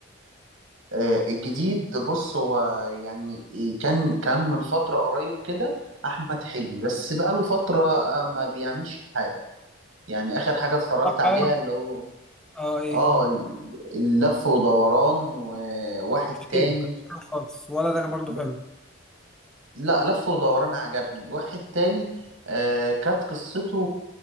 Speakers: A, on the right; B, in the centre.
A: آه، الجديد بص هو يعني إيه، كان كان من فتره قريب كده احمد حلمي بس بقاله فتره آه، ما بيعملش حاجه يعني اخر حاجه اتفرجت
B: بصراحة
A: عليها اللي هو
B: اه ايه
A: اه
B: هو
A: ال- اللف ودوران وواحد
B: مش
A: تاني
B: حلو كان مش حلو خالص ولا ده كان برضه
A: ب-
B: حلو
A: لا لف ودوران عجبني واحد تاني آه كانت قصته